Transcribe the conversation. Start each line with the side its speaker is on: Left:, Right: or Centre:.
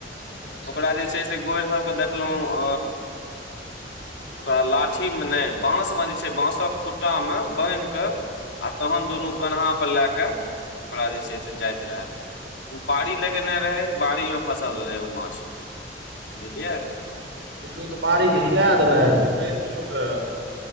Right: अच्छा
Left: ओकरा जे सभके देखलहुँ ओकरा लाठी मे नहि बांस मे जे छै बांसक खुट्टा मे बान्हि के आ तखन
Right: हँ
Left: दुनू कन्हापर लए क ओकरा जे छै से जाइत रहय। ओ बाड़ी लगेने रहै बाड़ीमे फँसल रहै ओ माछ बुझलियै।
Right: बुझियौ त बाड़ीके हिला देलथि एकैस किलो तऽ।